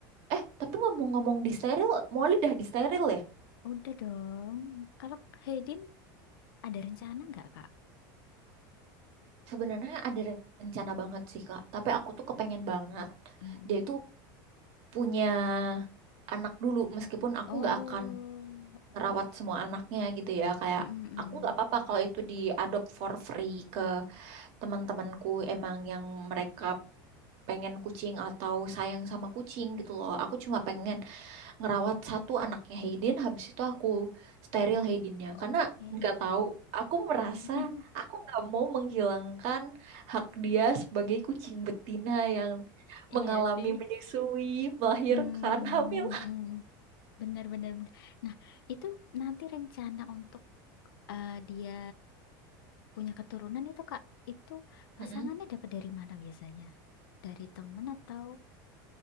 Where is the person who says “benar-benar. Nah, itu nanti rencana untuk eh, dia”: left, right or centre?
Left